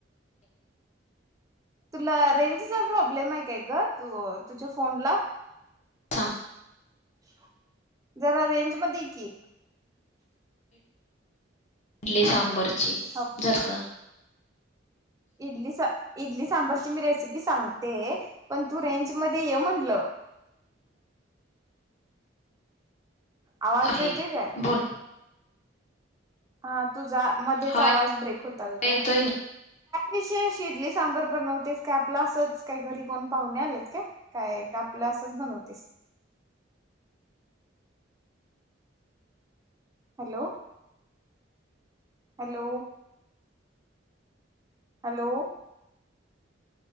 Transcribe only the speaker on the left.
थांब
इडली सांबर
जर का
आहे
बोल
हा
येतोय
ना